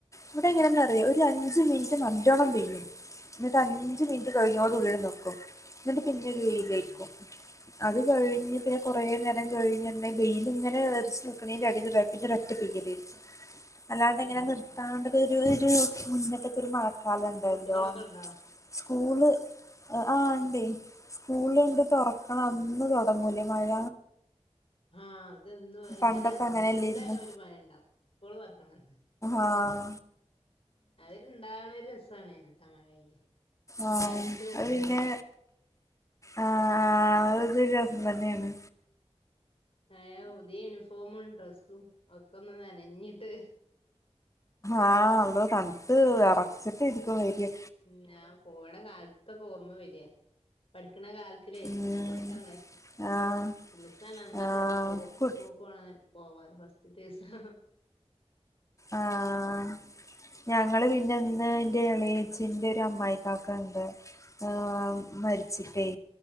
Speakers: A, on the left (about 30°); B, on the left (about 55°).
A: ഇവടെ എങ്ങനന്നറിയോ ഒരഞ്ച് മിൻറ്റ് നല്ലോണ്ണം പെയ്യും ഒരഞ്ച് മിനുറ്റ് കഴിഞ്ഞോട്കൂടിയങ്ങട്ട് നിക്കും ഇന്നട്ട് പിന്നെ ഒര് വെയിലേയിരിക്കും
B: ആഹ്
A: അത് കഴിഞ്ഞ് പിന്നെ കൊറേ നേ രം കഴിഞ്ഞ് ഇങ്ങനെ വെയിലിങ്ങനെ അറച്ചു നിക്ക്‌ണേന്റെടേല് ഒരൊറ്റ പെയ്യലേയ്രിക്കും അല്ലാണ്ട് ഇങ്ങനെ
B: ആഹ്
A: നിർത്താണ്ട് ഒരു ഒരു അങ്ങനത്തൊക്കൊരു മഴക്കലണ്ടല്ലോ
B: കുട്ടികളൊക്കെ ഇണ്ടോ
A: സ്കൂള് ആഹ് ഇണ്ടേയ് സ്കൂള് എന്തോ തൊറക്ക്‌ണ അന്ന് തൊടങ്ങുലെ മഴ
B: ആഹ് അത് എന്നും എങ്ങനെ
A: പണ്ടൊക്കെ അങ്ങനെയല്ലേരുന്നോ
B: അന്ന് എന്തായാലും ഒര് മഴണ്ടാാവും സ്കൂള് തൊറക്ക്‌ണന്ന്
A: ആഹ്
B: അതൊര്ണ്ടാവ്ണെ രസണെനുട്ടോ മഴെ
A: ആഹ്
B: മഴത്ത് പോണത്
A: അത് പിന്നെ ആഹ് അതൊരു രസന്നേണ്
B: ഏഹ് പുതിയ യൂണിഫോമും ഡ്രസ്സും ഒക്കൊന്ന് നനഞ്ഞിട്ട്
A: ആഹ് അന്ന് തൻത്ത് വെറച്ചിട്ടായിരിക്കും വെരാ
B: ഞാൻ പോകണ കാ ലത്തൊക്കെ ഓർമ്മ വര്യാ, പഠിക്ക്‌ണ കാലത്തില്
A: ഉം
B: അങ്ങനൊക്കെ ഇണ്ടാ
A: ആഹ്
B: ബസ്സാണ് അന്നൊക്കെ
A: ആഹ്
B: പോ
A: കു
B: സ്കൂൾക്കൊണെ പോവാൻ ഫസ്റ്റ്ത്ത ദിവസം
A: ആഹ് ഞങ്ങള് പിന്നെ ഇന്ന് ഇന്റെ എളേയ്ച്ചിന്റെ ഒര് അമ്മായികാക്കാന്റെ ആഹ് മരിച്ചിട്ടേ